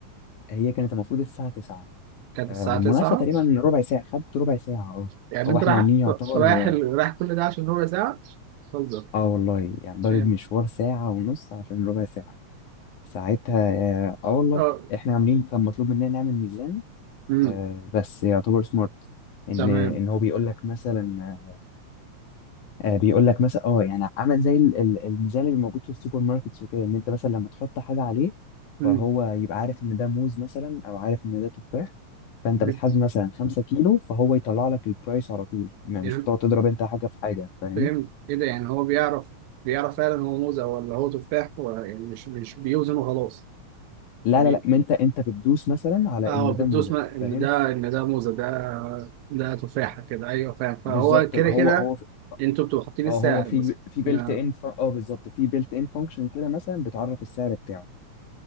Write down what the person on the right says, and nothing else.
كانت
الساعة 9
يعني
انت
رايح
رايح ال- رايح كل ده عشان ربع ساعة؟ بتهزر
فاهم
اه
امم
تمام
مم.
بت...
يعني
فهمت ايه ده يعني هو بيعرف بيعرف فعلا هو موزة ولا هو تفاح ولا يعني مش مش بيوزن وخلاص
بي...
اه
هو بتدوس
ما... ان
ده ان ده موزة ده ده تفاحة كده ايوه فاهم فهو
كده
كده
انتوا بتبقوا حاطين
السعر
مثلا
ما-